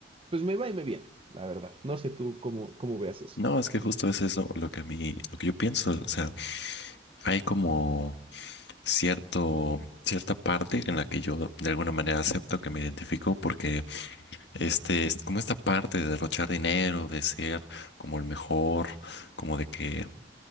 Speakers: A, on the right; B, on the left.
A: pues me va y me viene, la verdad. No sé tú cómo, cómo veas eso.
B: No, es que justo es eso lo que a mí, lo que yo pienso. O sea, hay como cierto, cierta parte en la que yo de alguna manera acepto que me identifico porque este es como esta parte de derrochar dinero, de ser como el mejor, como de que,